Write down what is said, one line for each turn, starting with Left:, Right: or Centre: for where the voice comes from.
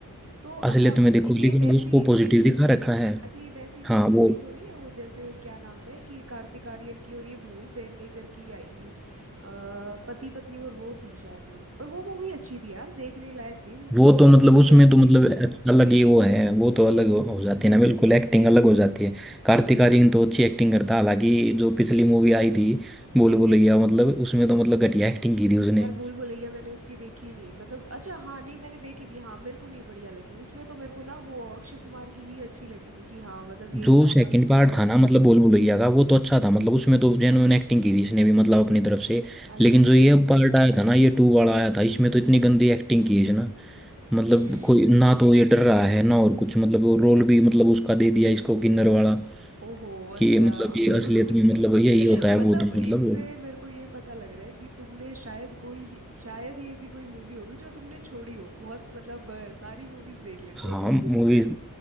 Right: तो
Centre: असलियत
Right: अच्छा
Centre: में देखो
Right: ये
Centre: लेकिन
Right: वैसी
Centre: उसको पॉजिटिव दिखा रखा है
Right: अच्छा ये वैसी सी
Centre: हाँ
Right: स्टोरी
Centre: वो
Right: तो नहीं है वो जैसे क्या नाम था कि कार्तिक आर्यन की और ये भूमि पेडनेकर की आई थी आ, पति पत्नी और वो थी शायद वो पर वो मूवी अच्छी थी यार देखने लायक थी बिल्कुल
Centre: वो
Right: बहुत
Centre: तो मतलब
Right: बढ़िया
Centre: उसमें
Right: मूवी
Centre: तो मतलब
Right: थी
Centre: अलग ही वो है वो तो अलग हो हो जाती है ना बिल्कुल एक्टिंग अलग हो जाती है कार्तिक आर्यन तो अच्छी एक्टिंग करता है हालांकि जो पिछली मूवी आई थी बोल बुलैया मतलब उसमें तो मतलब घटिया एक्टिंग की थी उसने
Right: यार भूल भुलैया मैंने उसकी देखी ही नहीं मतलब अच्छा हाँ नहीं मैंने देखी थी हाँ मेरे को नहीं बढ़िया लगी उसमें तो मेरे को ना वो अक्षय कुमार की ही अच्छी लगी थी कि हाँ मतलब यही
Centre: जो
Right: बंदा
Centre: सेकंड पार्ट था ना मतलब बोल बुलैया का वो तो अच्छा था मतलब उसमें तो जेन्युइन एक्टिंग की थी इसने भी मतलब अपनी तरफ से
Right: अच्छा
Centre: लेकिन जो ये पार्ट आया था ना ये टू वाला आया था इसमें तो इतनी गंदी एक्टिंग की है इसने मतलब
Right: <laughs>
Centre: कोई ना तो ये डर रहा है ना और कुछ मतलब वो रोल भी मतलब उसका दे दिया इसको किन्नर वाला
Right: ओहो अच्छा
Centre: कि मतलब
Right: <laughs>
Centre: ये असलियत में
Right: ठीक
Centre: मतलब
Right: है
Centre: यही होता है
Right: मतलब
Centre: भूत
Right: इससे
Centre: मतलब
Right: मेरे को ये पता लग रहा है कि तुमने शायद कोई ही- शायद ही ऐसी कोई मूवी होगी जो तुमने छोड़ी हो बहुत मतलब अ, सारी मूवीज देख लेते
Centre: हाँ
Right: हो तुम
Centre: मूवीज
Right: <laughs>